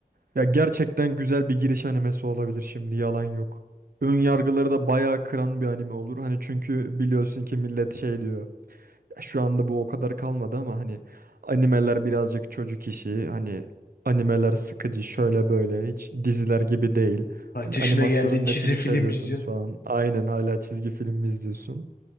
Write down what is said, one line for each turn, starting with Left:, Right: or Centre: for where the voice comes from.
Right: ya gerçekten güzel bir giriş animesi olabilir şimdi yalan yok. Ön yargıları da bayağı kıran bir anime olur. Hani çünkü biliyorsun ki millet şey diyor. "Ya Şu anda bu o kadar kalmadı ama hani animeler birazcık çocuk işi. Hani animeler sıkıcı şöyle böyle hiç diziler gibi değil.
Left: Kaç
Right: Hani
Left: yaşına
Right: animasyonun
Left: geldiğin çizim
Right: nesini
Left: film
Right: seviyorsunuz
Left: izliyorsun.
Right: falan. Aynen hala çizgi film mi izliyorsun?